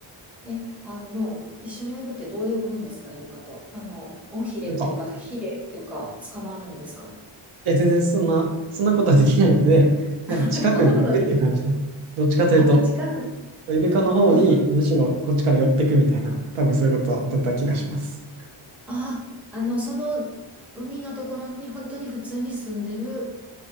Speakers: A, in the centre; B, on the right.
A: ー。え、あの、一緒に泳ぐってどう泳ぐんですかイルカと。あの、尾ひれっていうか、
B: なんか、
A: ひれっていうか、捕まるんですか
B: え、全然そんな、そんなことはできないので、なんか近くに行くって感じです。
A: <laughs> そんなことはできない。
B: どっちかというと、
A: あ、近く。
B: イルカの方にむしろこっちから寄ってくみたいな、
A: あ、
B: 多分そういうことだった気がします。
A: あ、あの、その海のところに本当に普通に住んでる